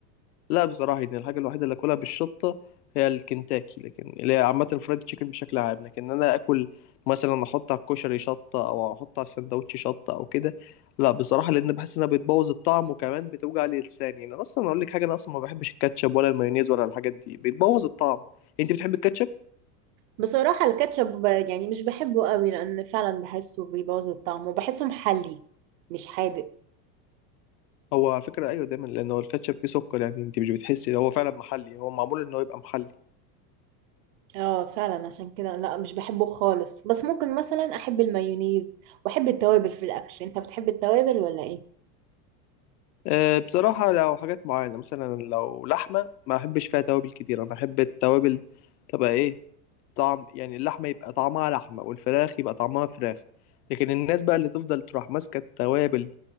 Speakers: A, on the left; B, on the right.
A: لا بصراحة يعني الحاجة الوحيدة اللي آكلها بالشطة هي الكنتاكي لكن اللي هي عامة الفرايد تشيكن بشكل عام لكن أنا آكل مثلا أحط على الكشري شطة أو أحط على السندوتش شطة أو كده لا بصراحة لأن بحس إنها بتبوظ الطعم وكمان بتوجع لي لساني يعني أصلا أقول لك حاجة أنا أصلا ما بحبش الكاتشب ولا المايونيز ولا الحاجات دي بتبوظ الطعم أنت بتحب الكاتشب؟
B: بصراحة الكاتشب ب- يعني مش بحبه قوي لان فعلا بحسه بيبوظ الطعم وبحسه محلي مش حادق
A: هو على فكرة أيوه دايما لأن هو الكاتشب فيه سكر يعني أنت مش بتحسي هو فعلا محلي هو معمول إن هو يبقى محلي
B: اه فعلا عشان كده لا مش بحبه خالص بس ممكن مثلا احب المايونيز واحب التوابل في الاكل انت بتحب التوابل ولا ايه
A: أه بصراحة لو حاجات معينة مثلا لو لحمة ما أحبش فيها توابل كتير أنا أحب التوابل تبقى إيه طعم يعني اللحمة يبقى طعمها لحمة والفراخ يبقى طعمها فراخ لكن الناس بقى اللي تفضل تروح ماسكة التوابل